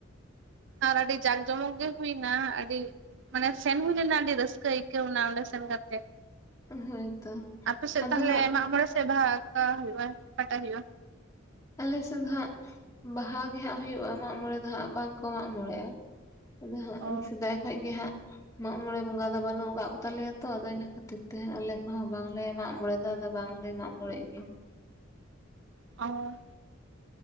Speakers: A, on the right; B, on the left.
A: ᱟᱨ ᱟᱹᱰᱤ ᱡᱟᱸᱠ ᱡᱚᱢᱚᱠ ᱜᱮ ᱦᱩᱭᱱᱟ ᱟᱹᱰᱤ ᱢᱟᱱᱮ ᱥᱮᱱ ᱦᱩᱭᱞᱮᱱᱟ ᱟᱹᱰᱤ ᱨᱟᱹᱥᱠᱟᱹ ᱟᱹᱭᱠᱟᱹᱣ ᱮᱱᱟ ᱚᱸᱰᱮ ᱥᱮᱱ ᱠᱟᱛᱮᱜ᱾
B: ᱦᱳᱭᱛᱚ
A: ᱟᱯᱮ ᱥᱮᱡ
B: ᱟᱫᱚ
A: ᱛᱟᱦᱚᱞᱮ
B: ᱦᱟᱸᱜ
A: ᱢᱟᱜᱽ ᱢᱚᱬᱮ ᱥᱮ ᱵᱟᱦᱟ ᱟᱠᱟ ᱦᱩᱭᱩᱜᱼᱟ ᱟᱠᱟᱴᱟᱜ ᱦᱩᱭᱩᱜᱼᱟ?
B: ᱟᱞᱮ ᱥᱮᱫ ᱫᱚ ᱦᱟᱸᱜ ᱵᱟᱦᱟ ᱜᱮ ᱦᱟᱸᱜ ᱦᱩᱭᱩᱜᱼᱟ, ᱢᱟᱜ ᱢᱚᱬᱮ ᱫᱚ ᱦᱟᱸᱜ ᱵᱟᱝ ᱠᱚ ᱢᱟᱜ ᱢᱚᱬᱮᱜᱼᱟ᱾ ᱟᱫᱚ ᱦᱟᱸᱜ
A: ᱚ
B: ᱥᱮᱫᱟᱭ ᱠᱷᱚᱡ ᱜᱮ ᱦᱟᱸᱜ ᱢᱟᱜ ᱢᱚᱬᱮ ᱵᱚᱸᱜᱟ ᱫᱚ ᱵᱟᱹᱱᱩᱜ ᱟᱠᱟᱜ ᱠᱚ ᱛᱟᱞᱮᱭᱟ ᱛᱚ ᱟᱫᱚ ᱤᱱᱟᱹ ᱠᱷᱟᱹᱛᱤᱨ ᱛᱮ ᱟᱞᱮ ᱠᱚᱦᱚᱸ ᱵᱟᱝ ᱞᱮ ᱢᱟᱜ ᱢᱚᱬᱮ ᱫᱚ ᱟᱫᱚ ᱵᱟᱝ ᱞᱮ ᱢᱟᱜ ᱢᱚᱬᱮᱜ ᱜᱮᱭᱟ᱾
A: ᱚ᱾